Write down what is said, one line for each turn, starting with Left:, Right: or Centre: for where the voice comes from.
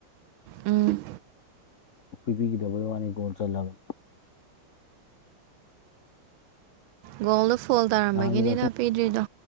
Right: ꯎꯝ
Left: ꯄꯤꯕꯤꯒꯤꯗꯕꯩ ꯋꯥꯅꯤ ꯒꯣꯜ ꯆꯜꯂꯕꯅꯦ
Right: ꯒꯣꯜꯗ ꯐꯣꯜ ꯇꯥꯔꯝꯕꯒꯤꯅꯤꯗ
Left: ꯅꯍꯥꯟꯒꯤꯗꯣ
Right: ꯄꯤꯗ꯭ꯔꯤꯗꯣ